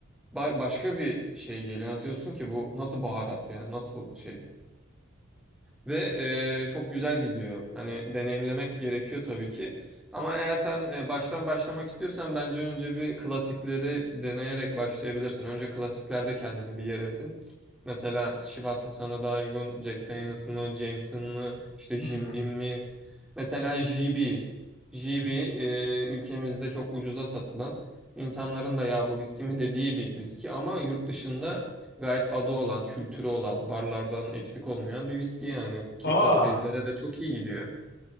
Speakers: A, in the centre; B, on the left.
A: Ba- başka bir şey geliyor. Anlatıyorsun ki bu nasıl baharat yani nasıl şey. Ve e, çok güzel gidiyor. Hani deneyimlemek gerekiyor tabii ki. Ama eğer sen e, baştan başlamak istiyorsan bence önce bir klasikleri deneyerek başlayabilirsin. Önce klasiklerde kendine bir yer edin. Mesela Chivas mı sana daha uygun, Jack Daniels mı, Jameson mı, İşte Jim
B: Hı hı.
A: Beam mi? Mesela JB. JB e, ülkemizde çok ucuza satılan, insanların da ya bu viski mi dediği bir viski ama yurt dışında Gayet adı olan, kültürü olan, barlardan eksik olmayan bir viski yani ki
B: Aa.
A: kokteyllere de çok iyi gidiyor.